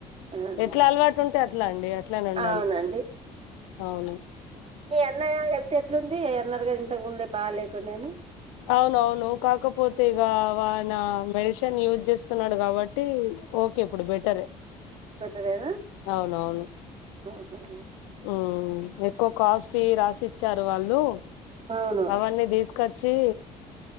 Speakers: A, on the right; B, on the left.
A: అవునండి
B: ఎట్లా అలవాటు ఉంటే అట్లా అండి అట్లనే ఉండాలి
A: అవునండి
B: అవును
A: మీ అన్నయ్య హెల్త్ ఎట్లుంది అన్నారుగా ఇంతకుముందే బాలేకుండే అని
B: అవునవును కాకపోతే ఇక వానా రేషన్ యూజ్ చేస్తున్నాడు కాబ ట్టి ఓకే ఇప్పుడు బెటర్
A: బెటరేనా
B: అవునవును
A: ఆహ హి
B: ఉ ఎక్కువ కాస్ట్లీ రాసిచ్చారు వాళ్లు
A: అవును
B: అవన్నీ తీసుకొచ్చి